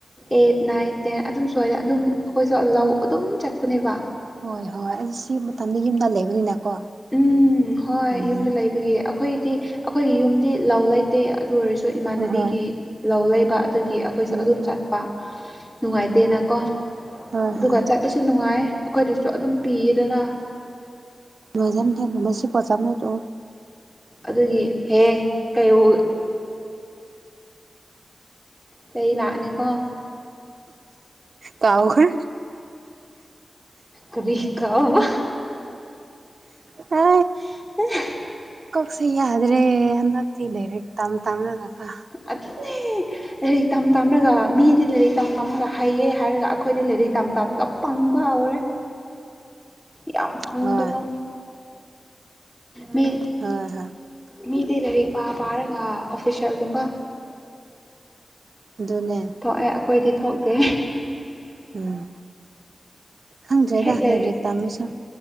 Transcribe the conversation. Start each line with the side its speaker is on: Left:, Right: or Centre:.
Centre: ꯑꯩꯠ ꯅꯥꯏꯟ ꯇꯦꯟ ꯑꯗꯨꯝ ꯁ꯭ꯋꯥꯗ ꯑꯗꯨꯝ ꯑꯩꯈꯣꯏꯁꯨ ꯂꯧ ꯑꯗꯨꯝ ꯆꯠꯄꯅꯦꯕ
Right: ꯍꯣꯏ ꯍꯣꯏ ꯑꯗꯨ ꯁꯤ ꯃꯇꯝꯗ ꯌꯨꯝꯗ ꯂꯩꯕꯅꯤꯅꯀꯣ
Centre: ꯎꯝ ꯍꯣꯏ
Right: ꯎꯝ
Centre: ꯌꯨꯝꯗ ꯂꯩꯕꯒꯤ ꯑꯩꯈꯣꯏꯗꯤ ꯑꯩꯈꯣꯏꯒꯤ ꯌꯨꯝꯗꯤ ꯂꯥꯎ ꯂꯩꯇꯦ ꯑꯗꯨ ꯑꯣꯏꯔꯁꯨ ꯁꯨ ꯏꯃꯥꯟꯅꯕꯤꯒꯤ
Right: ꯍꯣꯏ ꯍꯣꯏ
Centre: ꯂꯧ ꯂꯩꯕ ꯑꯗꯨꯒꯤ ꯑꯩꯈꯣꯏꯁꯨ
Right: ꯎꯝ
Centre: ꯑꯗꯨꯝ
Right: ꯎꯝ
Centre: ꯆꯠꯄ ꯅꯨꯡꯉꯥꯏꯇꯦꯅꯀꯣ
Right: ꯍꯣꯏ
Centre: ꯑꯗꯨꯒ
Right: ꯍꯣꯏ
Centre: ꯆꯠꯄꯁꯨ ꯅꯨꯡꯉꯥꯏ ꯑꯩꯈꯣꯏꯗꯁꯨ ꯑꯗꯨꯝ ꯄꯤꯌꯦꯗꯅ
Right: ꯂꯣꯏꯖꯝ ꯊ ꯃꯁꯤ ꯄꯆꯝꯅ ꯇ
Centre: ꯑꯗꯨꯒꯤ ꯍꯦ ꯀꯩ ꯑꯦ ꯆꯩ ꯂꯥꯛꯑꯅꯤꯀꯣ
Right: ꯀꯥꯎꯈ꯭ꯔꯦ
Centre: ꯀꯔꯤ ꯀꯥꯎꯕ
Right: ꯍ
Centre: <unintelligible>
Right: ꯀꯣꯛꯁꯦ ꯌꯥꯗ꯭ꯔꯦ ꯍꯟꯗꯛꯇꯤ ꯂꯥꯏꯔꯤꯛ ꯇꯝ ꯇꯝꯂꯒꯀ
Centre: ꯑꯗꯨꯅꯦ ꯂꯥꯏꯔꯤꯛ ꯇꯝ ꯇꯝꯂꯒ ꯃꯤꯗꯤ ꯂꯥꯏꯔꯤꯛ ꯇꯝ ꯇꯝꯃꯒ ꯍꯩꯌꯦ ꯍꯥꯏꯔꯒ ꯑꯩꯈꯣꯏꯗꯤ ꯂꯥꯏꯔꯤꯛ ꯇꯝ ꯇꯝꯂꯒ ꯄꯪꯕ ꯍꯧꯔꯦ ꯌꯥꯝ ꯐꯪꯕꯗꯣ
Right: ꯍꯣꯏ
Centre: ꯃꯤ
Right: ꯍꯣꯏ ꯍꯣꯏ
Centre: ꯃꯤꯗꯤ ꯂꯥꯏꯔꯤꯛ ꯄꯥ ꯄꯥꯔꯒ ꯑꯣꯐꯤꯁꯔꯒꯨꯝꯕ
Right: ꯑꯗꯨꯅꯦ
Centre: ꯊꯣꯛꯑꯦ ꯑꯩꯈꯣꯏꯗꯤ ꯊꯣꯛꯇꯦ
Right: ꯎꯝ ꯈꯪꯗ꯭ꯔꯦꯗ
Centre: ꯍꯦꯛ ꯂꯥꯏꯔꯤꯛ
Right: ꯗꯥꯔꯤꯛ ꯇꯥ ꯑꯃꯁꯨ